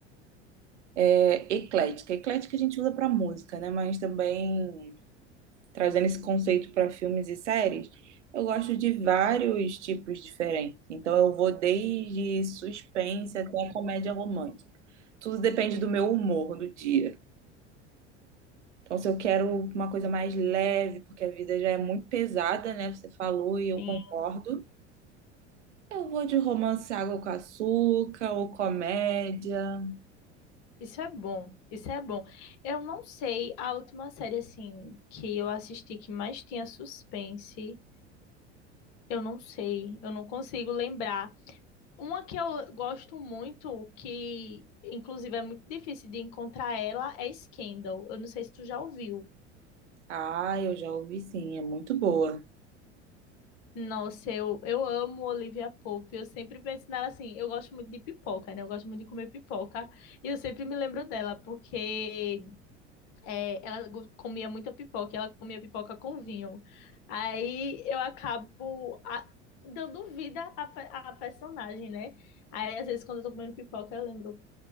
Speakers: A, on the right (about 75°); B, on the left (about 45°).
A: é, eclética. Eclética a gente usa para música, né? Mas também trazendo esse conceito para filmes e séries, eu gosto de vários tipos diferentes. Então eu vou desde suspense até comédia romântica. Tudo depende do meu humor do dia. Então, se eu quero uma coisa mais leve, porque a vida já é muito pesada, né? Você falou e eu
B: sim.
A: concordo. Eu vou de romance água com açúcar ou comédia.
B: Isso é bom, isso é bom. Eu não sei, a última série, assim, que eu assisti que mais tinha suspense, eu não sei, eu não consigo lembrar. Uma que eu gosto muito, que inclusive é muito difícil de encontrar ela, é Scandal. Eu não sei se tu já ouviu.
A: Ah, eu já ouvi sim, é muito boa.
B: Nossa, eu, eu amo Olivia Pope, eu sempre penso nela assim, eu gosto muito de pipoca, né? Eu gosto muito de comer pipoca, e eu sempre me lembro dela, porque É, ela go- comia muita pipoca, e ela comia pipoca com vinho. Aí eu acabo a- dando vida à, pe- à personagem, né? Aí às vezes quando eu tô comendo pipoca, eu lembro,